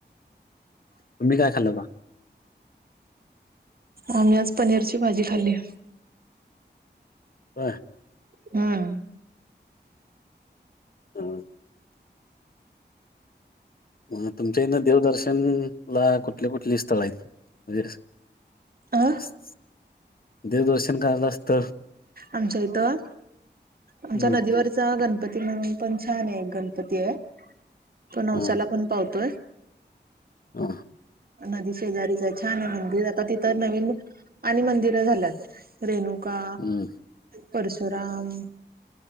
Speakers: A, on the left; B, on the right.
A: तु् काय खाल होता.
B: आम्ही आज पनीरची भाजी खाल्ली.
A: ह.
B: हम.
A: ह. म तुमच्या इ ना देवदर्शन ला कुठल्या कुठली स्थळ आहेत म्हणजे
B: आ.
A: स- देवदर्शन करात असत.
B: आमच्या इथं
A: हम्म
B: आमच्या नदीवर च गणपती म्हणून पण छान आहे गणपती आहे. तो नवसाला
A: हा
B: पण पाहतोय.
A: ह.
B: नदी शेजारीचं आहे छान आहे मंदिर आता तिथं नवीन आणि मंदिरं झाल्यात रेणुका
A: हम्म
B: परशुराम